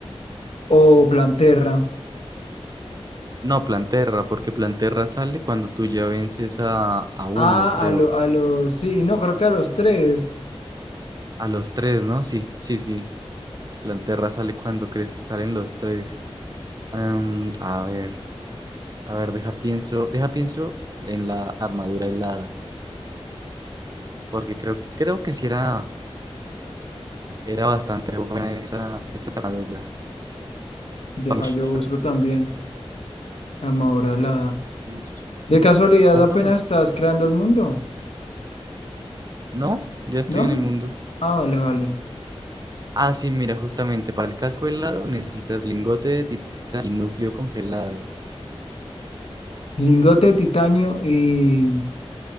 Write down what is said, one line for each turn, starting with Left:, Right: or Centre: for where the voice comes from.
Left: o Planterra?
Right: No, Planterra, porque Planterra sale cuando tú ya vences a, a uno,
Left: Ah,
Right: creo.
Left: a lo, a los. Sí, no, creo que a los tres.
Right: A los tres, ¿no? Sí, sí, sí. Planterra sale cuando crece, salen los tres. Em, a ver, a ver, deja pienso, deja pienso en la armadura helada, porque creo, creo que sí era, era bastante buena esa, esa armadura.
Left: Deja,
Right: Va mucho.
Left: yo busco también. Armadura alada.
Right: Es
Left: De
Right: 20.
Left: casualidad,
Right: Ah,
Left: apenas
Right: no,
Left: estás creando el mundo,
Right: no, ya estoy
Left: ¿no?
Right: en el mundo.
Left: Ah, vale, vale.
Right: Ah, sí, mira, justamente para el casco helado necesitas lingote de titanio y núcleo congelado.
Left: Lingote de titanio y